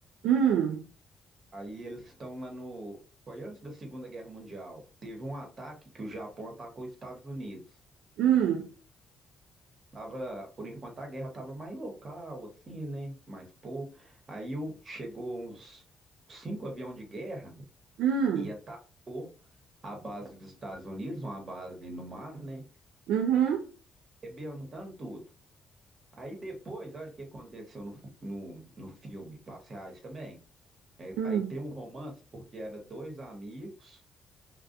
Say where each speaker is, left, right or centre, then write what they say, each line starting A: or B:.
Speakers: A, on the right; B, on the right.
A: Hum,
B: Aí eles estão lá no. Foi antes da Segunda Guerra Mundial. Teve um ataque que o Japão atacou os Estados Unidos.
A: hum,
B: Tava, por enquanto a guerra tava mais local, assim, né? Mais pouco. Aí o- chegou uns cinco aviões de guerra,
A: hum,
B: ia estar a base dos Estados Unidos, uma base no mar, né?
A: uhum,
B: Rebentando tudo. Aí depois, olha o que aconteceu no, fi- no, no filme, fatos reais também. É,
A: hum,
B: aí tem um romance, porque era dois amigos